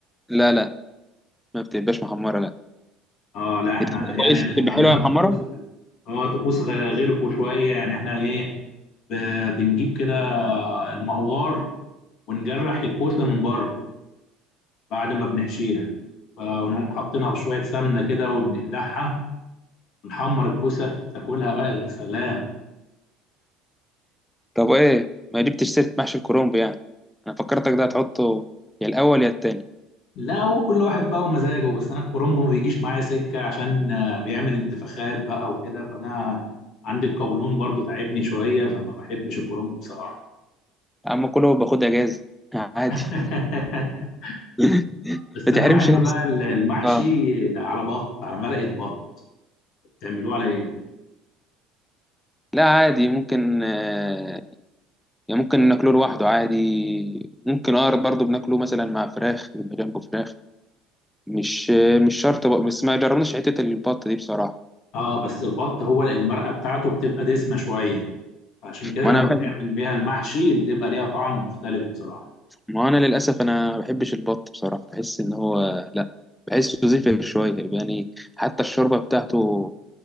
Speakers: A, in the centre; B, on the left.
A: لا لا ما بتبقاش محمره لا
B: اه لا احنا
A: بتبقى كويس
B: يعني
A: بتبقى
B: احنا عندنا
A: حلوه يا محمره
B: طقوس اه طقوس غ- غيركم شويه يعني احنا ايه ب- بنجيب كده المقوار ونجرح الكوسه من بره بعد ما بنحشيها فنقوم حاطينها بشويه سمنه كده وندعها نحمر الكوسه تاكلها بقى يا سلام
A: طب ايه ما جبتش سيرة محشي الكرنب يعني انا فكرتك ده هتحطه يا الاول يا التاني
B: لا هو كل واحد بقى ومزاجه بس انا الكرنب ما بيجيش معايا سكه عشان آه، بيعمل انتفاخات بقى وكده فانا عندي القولون برضو تعبني شويه فما بحبش الكرنب بصراحه
A: يا عم كله باخد اجازة عادي
B: <laughs>
A: <laughs>
B: بس
A: ما
B: انا
A: تحرمش
B: بحب
A: نفسك
B: بقى المحشي
A: اه
B: على بط على مرقه بط بتعملوه على ايه
A: لا عادي ممكن آه يعني ممكن ناكله لوحده عادي ممكن اقرب برضه بناكله مثلا مع فراخ بيبقى جنبه فراخ مش آه مش شرط بقى بس ما جربناش حتة البط دي بصراحة
B: اه بس البط هو المرقه بتاعته بتبقى دسمه شويه فعشان كده
A: ما
B: لما
A: انا بحب
B: بتعمل بيها المحشي بتبقى ليها طعم مختلف بصراحه
A: ما انا للاسف انا ما بحبش البط بصراحة بحس ان هو لا بحسه زفر شوية يعني حتى الشوربة بتاعته